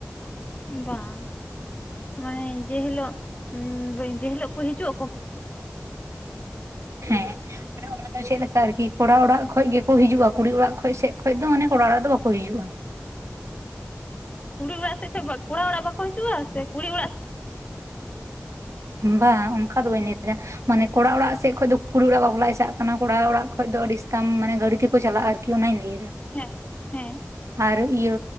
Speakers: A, on the left; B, on the right.
A: ᱵᱟᱝ ᱢᱟᱱᱮ ᱡᱮ ᱦᱤᱞᱳᱜ ᱡᱮ ᱦᱤᱞᱳᱜ ᱠᱚ ᱦᱤᱡᱩᱜ ᱟᱠᱚ
B: ᱦᱮᱸ ᱾ ᱢᱟᱱᱮ ᱚᱱᱟ ᱫᱚ ᱪᱮᱫ ᱞᱮᱠᱟ ᱟᱨᱠᱤ ᱠᱚᱲᱟ ᱚᱲᱟᱜ ᱠᱷᱚᱡ ᱜᱮᱠᱚ ᱦᱤᱡᱩᱜᱼᱟ, ᱠᱩᱲᱤ ᱚᱲᱟᱜ ᱠᱷ ᱥᱮᱡ ᱠᱷᱚᱡ ᱫᱚ ᱢᱟᱱᱮ ᱠᱚᱲᱟ ᱚᱲᱟᱜ ᱫᱚ ᱵᱟᱠᱚ ᱦᱤᱡᱩᱜᱼᱟ ᱾
A: ᱠᱩᱲᱤ ᱚᱲᱟᱜ ᱥᱮᱫ ᱠᱷᱚᱱ ᱠᱚᱲᱟ ᱚᱲᱟᱜ ᱵᱟᱠᱚ ᱦᱤᱡᱩᱜᱼᱟ ᱥᱮ ᱠᱩᱲᱤ ᱚᱲᱟᱜ ᱥᱮᱫ
B: ᱵᱟᱝ ᱚᱱᱠᱟ ᱫᱚ ᱵᱟᱹᱧ ᱞᱟᱹᱭᱟᱮᱫ ᱛᱟᱦᱮᱱᱟ ᱢᱟᱱᱮ ᱠᱚᱲᱟ ᱚᱲᱟᱜ ᱥᱮᱫ ᱠᱷᱚᱡ ᱠᱩᱲᱤ ᱚᱲᱟᱜ ᱵᱟᱯᱞᱟᱭ ᱪᱟᱜ ᱠᱟᱱᱟ, ᱠᱚᱲᱟ ᱚᱲᱟᱜ ᱠᱷᱚᱡ ᱫᱚ ᱟᱹᱰᱤ ᱥᱟᱛᱟᱢ ᱢᱟᱱᱮ ᱜᱟᱹᱰᱤ ᱛᱮᱠᱚ ᱪᱟᱞᱟᱜ ᱟᱨ ᱠᱤ ᱚᱱᱟᱧ ᱞᱟᱹᱭᱮᱫᱟ ᱾
A: ᱦᱮᱸ ᱦᱮᱸ ᱾
B: ᱟᱨ ᱤᱭᱟᱹ